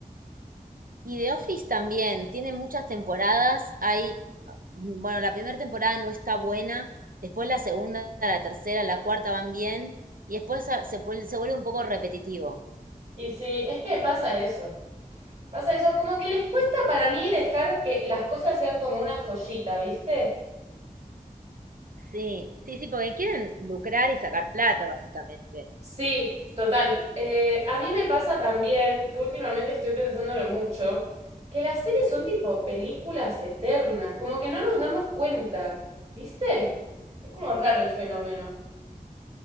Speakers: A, on the right; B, on the right.
A: Y The Office también, tiene muchas temporadas. Hay, mm, bueno, la primera temporada no está buena, después la segunda, la tercera, la cuarta van bien, y después ah, se vuelve, se vuelve un poco repetitivo.
B: Y sí, es que pasa eso. Pasa eso, como que les cuesta para mí dejar que las cosas sean como una joyita, ¿viste?
A: Sí, sí, sí, porque quieren lucrar y sacar plata, básicamente.
B: Sí, total. Eh, a mí me pasa también, que últimamente estoy pensándolo mucho, que las series son tipo películas eternas, como que no nos damos cuenta, ¿viste? Es como raro el fenómeno.